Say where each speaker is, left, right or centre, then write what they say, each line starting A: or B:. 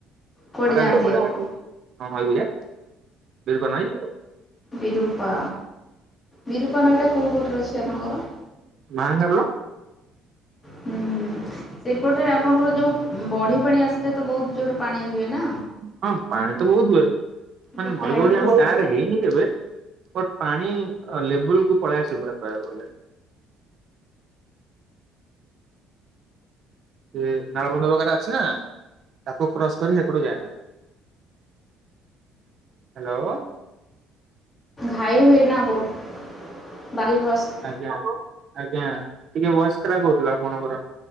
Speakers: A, on the left (about 15°); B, on the right (about 40°).
A: କୁଆଡ଼େ
B: ମଜା
A: ଯାଆନ୍ତି
B: ଲାଗେ, ମଜା
A: ଆପଣ?
B: ଲାଗେ ହଁ ନଇ କୁ ଯାଏ। ବିରୁପା ନଇ
A: ବିରୁପା ବିରୁପା ନଈଟା କୋଉ ପଟରେ ଅଛି ଆପଣଙ୍କର?
B: ମାହାଙ୍ଗା ବ୍ଲ
A: ହୁଁ ହୁଁ ସେପଟେ ଆପଣଙ୍କର ଯୋଉ ବଢି ପାଣି ଆସିଥାଏ ତ ବୋହୁତ ଜୋରରେ ପାଣି ହୁଏ। ନା?
B: ହଁ ପାଣି ତ ବୋହୁତ ହୁଏ,
A: ବହୁତ
B: ମାନେ ନଈ
A: ଘାଇ
B: ବଢି
A: ହୁଏ
B: ଆମ
A: ସେଠି
B: ଗାଁ ରେ ହେଇନି। କେବେ ପାଣି ଲେବୁଲ କୁ ପଳେଇ ଆସେ ପୁରା କହିବାକୁ ଗଲେ ସେ ନାଳବ <unintelligible> ଅଛି ନା ତାକୁ କ୍ରସ କରି ସେପଟୁ ଯାଏନା। ହ୍ୟାଲୋ।
A: ଘାଇ ହୁଏ ନା ବୋହୁତ ବାଲିି ବସ
B: ଆଜ୍ଞା ଆଜ୍ଞା ଟିକେ ଭଏସ କ୍ରାକ ହୋଉଥିଲା ଆପଣଙ୍କର।